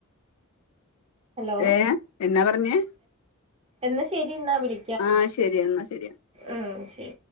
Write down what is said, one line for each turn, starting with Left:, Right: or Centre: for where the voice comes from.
Right: ഹലോ
Left: ഏഹ് എന്നാ പറഞ്ഞേ
Right: എന്നാ ശരി ന്നാ വിളി
Left: ആ ശരിന്നാ ശരിയന്ന
Right: ആ ശരി